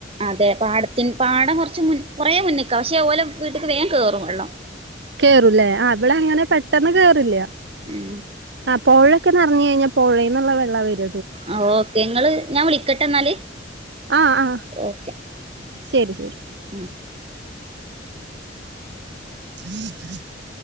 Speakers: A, on the right (about 30°); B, on the right (about 60°).
A: അതെ പാടത്തിൻ പാടം കൊർച്ച് മുൻ കൊറേ മുന്ന്ക്കാ പക്ഷേ ഓലെ വീട്ടിക്ക് വേം കേറും വള്ളം
B: കേറുല്ലേ ആ വടങ്ങനെ പെട്ടന്ന് കേറില്ല്യ
A: ഉം
B: ആ പൊഴെക്കെ നർഞ്ഞ് കഴിഞ്ഞ പൊഴേന്ന്ള്ള വെള്ള വര
A: ആഹ് ഓക്കെ ങ്ങള് ഞാൻ വിളിക്കട്ടെന്നാല്
B: ആഹ് ആഹ്
A: ഓക്കെ
B: ശരി ശരി
A: ഉം
B: <unintelligible>